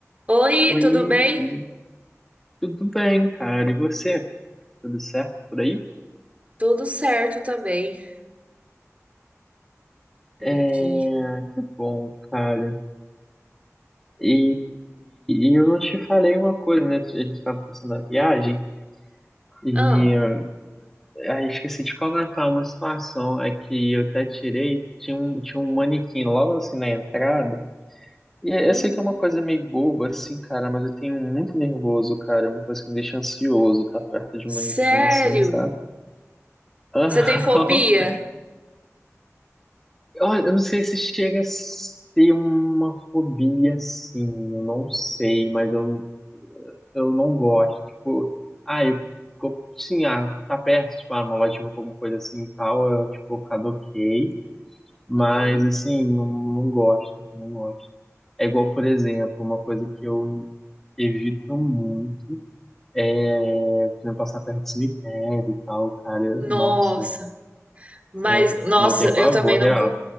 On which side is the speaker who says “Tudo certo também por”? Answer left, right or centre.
Right